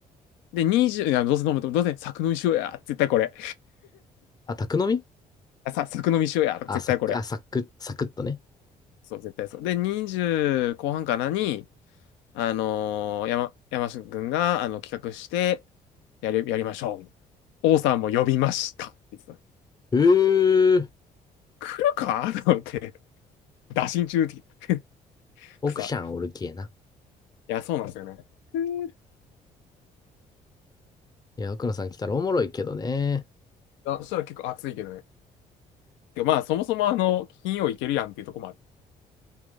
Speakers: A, on the left (about 70°); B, on the left (about 20°).
A: で、20、いや、どうせ飲むと、どうせ作飲みしようや、絶対これ。
B: あ、宅飲み
A: あ、さ、作飲みしようや、絶対これ。
B: あ、サク、あ、サク、サクッとね。
A: そう、絶対そう。で、20後半かなに、あのー山、山下くんが、あの、企画して、やり、やりましょう。王さんも呼びました。って言ってた
B: うー、
A: 来るかと思って、<laughs> 打診中って
B: 奥さんおるきえな。
A: 草。いや、そうなんですよね。<laughs>
B: いや、奥野さん来たらおもろいけどね。
A: あそしたら結構暑いけどね。でまあ、そもそもあの、金曜行けるやんっていうとこもある。